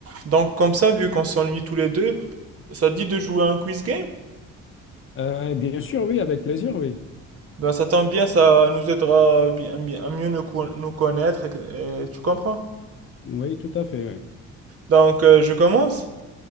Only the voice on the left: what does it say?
Euh, bien sûr, oui, avec plaisir, oui.
Oui, tout à fait, oui.